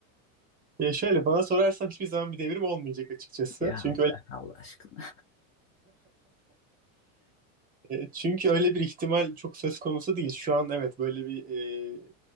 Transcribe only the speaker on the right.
Ya şöyle bana sorarsan hiçbir zaman bir devrim olmayacak açıkçası.
Çünkü
öyle
e, çünkü öyle bir ihtimal çok söz konusu değil. Şu an evet böyle bir e,